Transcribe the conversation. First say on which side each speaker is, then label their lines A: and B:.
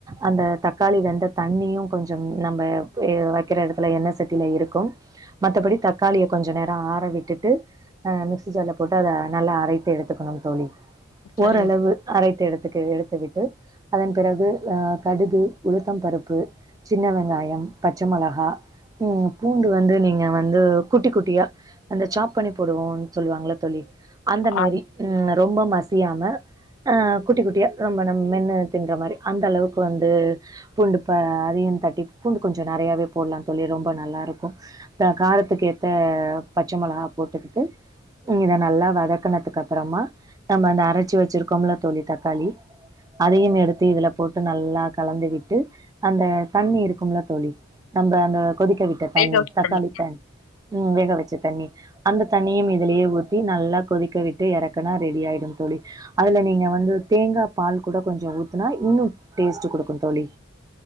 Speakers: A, on the right; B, on the left.
A: அந்த தக்காளி வெந்த தண்ணியு கொஞ்சம் நம்ம ஆ வக்கிற எடத்துல எண்ண சட்டியில இருக்கு மத்தபடி தக்காளிய கொஞ்ச நேர ஆற விட்டுட்டு ஆ மிக்சி ஜார்ல போட்டு அத நல்லா அரைத்து எடுத்துக்கணு தோழி
B: சரிங்க
A: ஓரளவு அரைத்து எடுத்துட்டு எடுத்துக்கிட்டு அதன் பிறகு ஆ கடுகு உளுத்தம் பருப்பு சின்ன வெங்காயம் பச்ச மொளகா ம் பூண்டு வந்து நீங்க வந்து குட்டி குட்டியா அந்த சாப் பண்ணி போடுவோனு சொல்லுவாங்கல்ல தோழி அந்த மேரி
B: ஆ
A: ரொம்ப மசியாம ஆ குட்டி குட்டிய ரொம்ப நம்ம மென்னு தின்ற மேரி அந்தளவுக்கு வந்து பூண்டு இப்ப அதையு தட்டி பூண்டு கொஞ்ச நெறையாவே போட்லா தோழி ரொம்ப நல்லா இருக்கும் அதா காரத்துக்கு ஏத்த பச்ச மொளகா போட்டுக்கிட்டு நீங்க இத நல்லா வதக்கனதுக்கு அப்பறமா நம்ம அந்த அரைச்சு வச்சிருக் கோம்ல தோழி தக்காளி அதையும் எடுத்து இதுல போட்டு நல்லா கலந்துவிட்டு அந்த தண்ணி இருக்கும்ல தோழி நம்ப அந்த கொதிக்க விட் ட
B: வேக
A: தண்ணி
B: வச்ச
A: தக்காளித்
B: சட்னி
A: தண்ணி ம் வேக வச்ச தண்ணி அந்த தண்ணியும் இதுலயே ஊத்தி நல்லா கொதிக்க விட்டு எறக்குனா ரெடி ஆயிடு தோழி அதுல நீங்க வந்து தேங்கா பால் கூட கொஞ்ச ஊத்துனா இன்னு டேஸ்ட்டு குடுக்கு தோழி